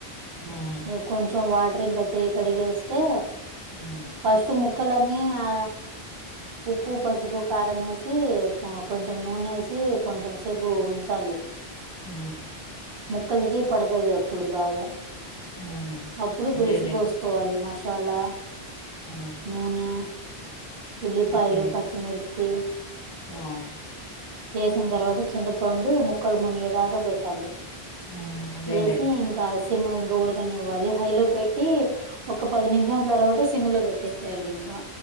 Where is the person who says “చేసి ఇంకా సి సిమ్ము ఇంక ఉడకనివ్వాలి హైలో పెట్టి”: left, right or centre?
Right